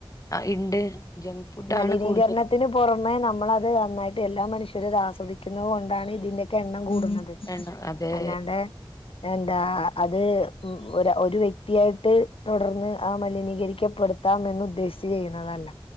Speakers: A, on the left (about 35°); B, on the left (about 75°).
A: ആഹ് ഇണ്ട് ജങ്ക് ഫുഡ്
B: മലിനീകരണത്തിന്
A: ആണ് കൂടുതലും
B: പുറമെ നമ്മളത് നന്നായിട്ട് എല്ലാ മനുഷ്യരും ഇത് ആസ്വദിക്കുന്നത് കൊണ്ടാണ് ഇതിന്റെയൊക്കെ എണ്ണം കൂടുന്നത്
A: എണ്ണ അതെ
B: അല്ലാണ്ടേ എന്താ അത് ഒരു വ്യക്തിയായിട്ട് തുടർന്ന് ആ മലിനീകരിക്കപ്പെടു ത്താം എന്ന് ഉദ്ദേശിച്ച് ചെയ്യുന്നതല്ല